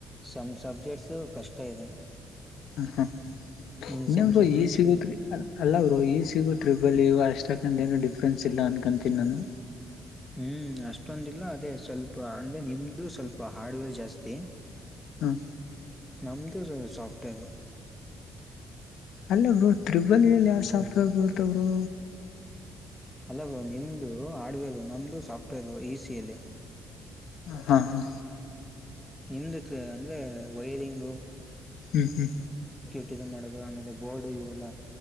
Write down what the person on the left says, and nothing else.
ಹ ಹ
ಇನ್ನೊರು
ಈ ಸಿಗತ್ ಅಲ್ಲ ಬ್ರೋ ಈ ಸಿಗತ್. ಟ್ರಿಬಲ್ ಇಗ ಅಷ್ಟಕ್ಕಂತ ಏನು ಡಿಫ್ರೆನ್ಸ್ ಇಲ್ಲ ಅನ್ಕಂತೀನಿ ನಾನು.
ಹ
ಅಲ್ಲ ಅವರು ತ್ರಿಬಲ್ಲಿಯಲ್ಲಿ ಯಾವ ಸಾಫ್ಟ್ವೇರ್ ಬರುತ್ತವರು
ಹಾ ಹಾ
ಹ್ಮ್ ಹ್ಮ್